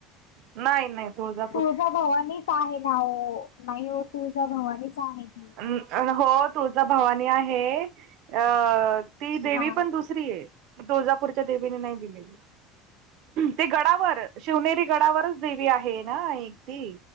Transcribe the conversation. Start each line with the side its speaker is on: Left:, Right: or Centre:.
Right: नाही नाही तुळजा
Left: तुळजा भवानीच आहे ना हो नाही हो तुळजा भवानीच आहे. ती.
Right: अं न हो तुळचा भवानी आहे अ ती देवी
Left: हा
Right: पण दुसरी रीय तुळजापूरच्या देवीने नाही दिलेली. ते गडावर शिवनेरी गडावरच देवी आहे ना एकटी